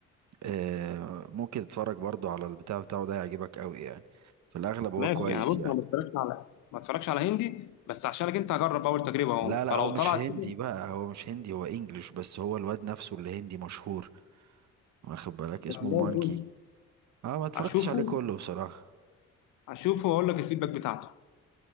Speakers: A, on the right; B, on the left.
A: آه، ممكن تتفرج برضو على البتاع بتاعه ده يعجبك قوي يعني في الاغلب هو
B: ماشي
A: كويس
B: يعني بص
A: يعني
B: انا ما اتفرجش على ما اتفرجش على هندي بس عشانك انت هجرب اول تجربه اهو
A: لا
B: فلو
A: لا هو مش
B: طلعت
A: هندي
B: كده
A: بقى هو مش هندي هو انجليش بس هو الواد نفسه اللي هندي مشهور واخد بالك اسمه
B: زي
A: مانكي
B: الفل
A: اه ما اتفرجتش
B: اشوفه
A: عليه كله بصراحة
B: اشوفه واقول لك الفيدباك بتاعته